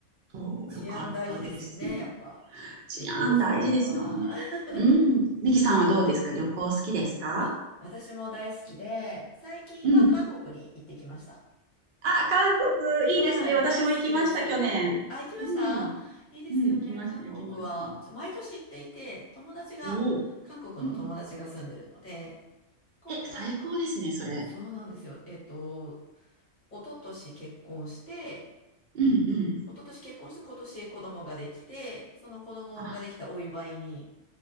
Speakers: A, on the right; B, on the left.
A: そう、
B: 治安大事ですよね、
A: よかったです。
B: やっぱ。
A: 治安大事ですよね。
B: 旅行するのは。<laughs>
A: うん。ミキさんはどうですか旅行好きですか
B: あ、私も大好きで、最近は韓国に行ってきました。
A: うんあ、韓国、
B: はい、
A: いいですね。私も行きました、
B: 大好きです。
A: 去年。
B: あ、行きましたいいですよね、
A: うん。うん、行きました、
B: 韓国は。
A: 行きました。
B: ちょ毎年行っていて、友達が、
A: おお。
B: 韓国の友達が住んでるので、
A: うんうん。
B: 今回、
A: え、最高ですね、それ。
B: そうなんですよ。えっと、一昨年結婚して、
A: うんうん。
B: 一昨年結婚して今年子供ができて、その子供ができたお祝いに
A: あ、